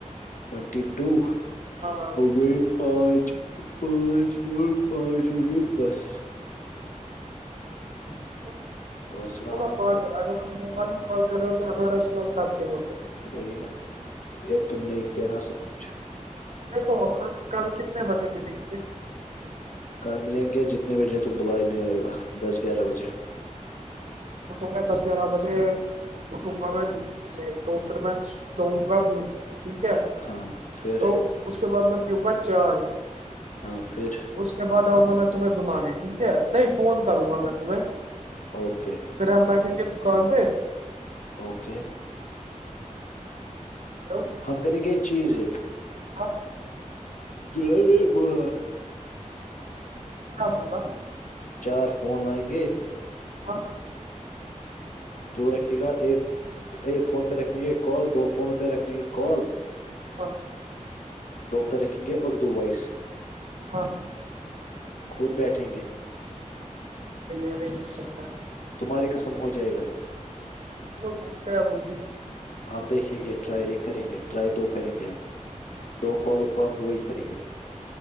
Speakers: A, on the left; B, on the right.
A: ٹی ٹو
B: ہاں
A: ہو گ <unintelligible> پانچ پانچ ہ پانچ ہو گے دس
B: <unintelligible>
A: اور سناؤ
B: کال کر اگر ہم موبائل کال کر رہے ہو تو ہمارا اسمٹپ کے ہوتے ہے <unintelligible>
A: وہی نا یہ تم نے کیا نا سب کچھ
B: دیکھو ہم کل کتنے بجے ملیں گے
A: کل ملیں گے جتنے بجے تو بلا ہی نہیں آئے گا دس گیارہ بجے
B: ہاں دس گیارہ بجے اٹھوں گا میں نچ سے تو پھر میں دو گا م ٹھیک ہے
A: ہاں پھر
B: تو اس کے بعد میں پیوںں گا چائے
A: ہاں پھر
B: اس کے بعد آؤں گا میں تمہیں بلانے ٹھیک ہے نہیں فون کروں گا میں تمہیں
A: اوکے
B: توھر ہم بٹھیں گے دکان پے
A: اوکے
B: ہیلو
A: ہم کر گ چیز ایک
B: کیا <unintelligible>
A: جوڑ ہے بھی <unintelligible> وہ <unintelligible>
B: ہاں بولو <unintelligible>
A: چار فون لائیں گے
B: ہاں <unintelligible>
A: دو رکھے گا ایک ایک فون پہ رکھیں گے کال دو فون پہ رکھیں گے کال
B: ہاں
A: دو پہ رکھیں گے اور دو وائس
B: ہاں
A: خود بیٹھیں گے
B: یہ نہیں کر سکتا <unintelligible>
A: تمہاری قسم ہو جائے گا
B: دیکھتا ہے وہ
A: ہم دیکھیں
B: دیکتا
A: گے ٹرائی
B: ہے <unintelligible>
A: ایک کریں گے ٹرائی دو کریں گے ہم دو کالوں کو ہم وہی کریں گے